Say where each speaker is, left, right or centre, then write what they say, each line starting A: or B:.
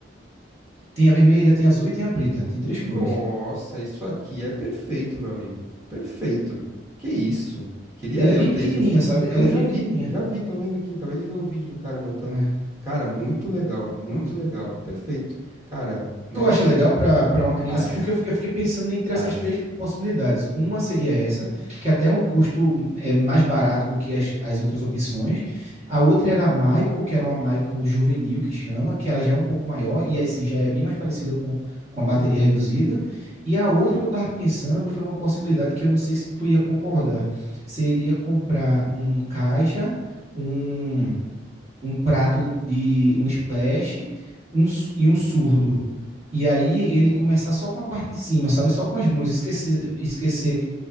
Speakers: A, on the right (about 35°); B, on the right (about 15°).
A: Tem a vermelha, tem a azul e tem a preta. Tem três
B: Nossa,
A: cores.
B: isso aqui é perfeito, meu amigo. Perfeito. Que isso? Queria
A: Ela é
B: eu
A: bem
B: ter
A: pequenininha,
B: isso aqui.
A: sabe?
B: Eu
A: Ela é
B: já
A: bem
B: vi,
A: pequenininha.
B: já vi, tô vendo aqui. Acabei de ver o vídeo do cara montando.
A: É,
B: Cara, muito legal, muito
A: pronto.
B: legal. Perfeito. Cara, nossa,
A: Tu acha legal pra pra uma criança?
B: acho,
A: Porque eu fiquei, eu fiquei pensando entre
B: acho.
A: essas três possibilidades. Uma seria essa, que até é um custo é, mais barato do que as, as outras opções. A outra era a Michael, que era uma Michael juvenil, que chama, que ela já é um pouco maior e assim já é bem mais parecida com, com a bateria reduzida. E a outra que eu estava pensando foi uma possibilidade que eu não sei se tu ia concordar. Seria comprar um caixa, um um prato de um splash um su- e um surdo. E aí ele começar só com a parte de cima, sabe? Só com as mãos, esquecer, esquecer